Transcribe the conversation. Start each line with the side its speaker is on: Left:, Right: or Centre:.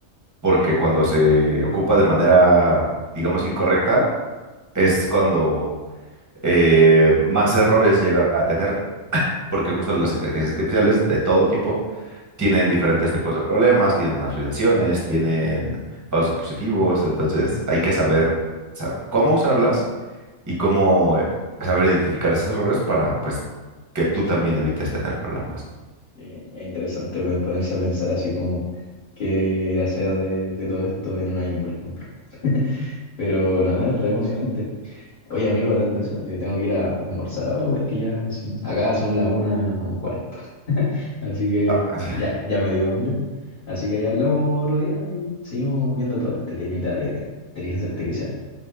Right: porque
Left: sí. bien
Right: cuando
Left: totalmente.
Right: se ocupa de manera, digamos, incorrecta, es cuando eh, más errores llega a tener, porque justo las inteligencias artificiales de todo tipo tienen diferentes tipos de problemas, tienen afiliaciones, tienen falsos positivos, entonces hay que saber, o sea, cómo usarlas y cómo eh, saber identificar esos errores para pues que tú también evites tener problemas.
Left: Sí, es interesante pe- ponerse a pensar así como qué irá a ser de, de todo esto en un año, por ejemplo. <laughs> Pero no, es re emocionante. Oye, amigo, hablando de eso, eh, tengo que ir a almorzar ahora porque ya son- acá son las una un cuarto. <laughs> Así que
Right: Ah, <sighs>
Left: ya, ya me dio hambre. Así que ahí hablamos otro día y seguimos viendo todo este temita de inteligencia artificial.